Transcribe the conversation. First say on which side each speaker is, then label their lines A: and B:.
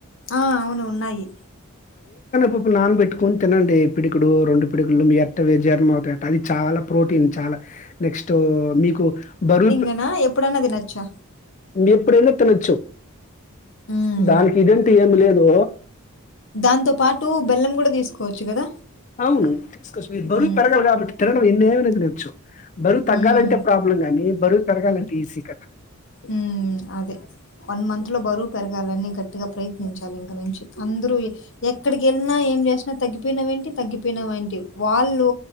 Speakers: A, on the left; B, on the left.
A: అ అవును ఉన్నాయి.
B: పప్పు నానబట్టుకొని తినండి, పిడుకుడు రెండు పిడుగులు ఎవి <unintelligible> జీర్ణం అవుతా ఎ అది చాలా ప్రోటీన్ చాలా నెక్స్ట్ ఉ మీకు బరువు పే
A: ఏనా ఎప్పుడనా తినచ్చా.
B: మీరు ఎప్పుడైనా నా తినచ్చు.
A: హ్మ్.
B: దాన్కి ఇదన్ టీ ఏమి లేదు.
A: దాంతో పాటు బెల్లం కూడా తీసుకోవచ్చు గదా
B: అవును తీసుకోవచ్చు మీ బరువు
A: హ్మ్.
B: పెరగల్ కాబట్టి తినడం ఎన్నైన తినోచ్చు బరువు తగ్గాలంటే
A: హ్మ్.
B: ప్రాబ్లం గాని బరువు పెరగాల్ పిసికా
A: ఉ అదే వన్ మంత్ లో బరువు పెరగాలని గట్టిగా ప్రయత్నించాలి ఇంక నుంచి అందరూ ఎక్కడికి వెళ్ళినా ఏం చేసినా తగ్గి పోయినవు ఏంటి తగ్గిపోయినవు ఏంటి వాళ్ళు